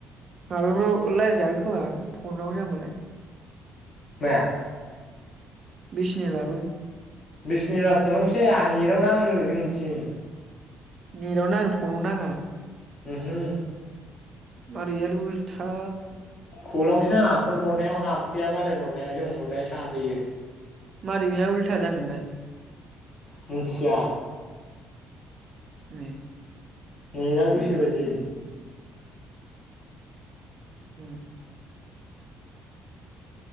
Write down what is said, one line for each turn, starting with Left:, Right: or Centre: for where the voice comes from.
Right: माबाफ्राव रायज्लायजागो खोमा फनाव जाबालाय
Left: मा
Right: बिसेनेलाबो
Left: बिसनि फनावसो‌ जाया नेटावनो नाङो जोंनिथिं
Right: नेटाव नाङो फनाव नाङा
Left: ओहो
Right: मारैयालि उल्टा
Left: खलावसो नङा खल हरनायाव हाबफैया मालाय हरनाया जों हरनायाव सो हाबफैयो
Right: मारै बिहा उल्था जाखो बाय
Left: मिथिया
Right: ओम
Left: नेटा गोसोबायदि
Right: उम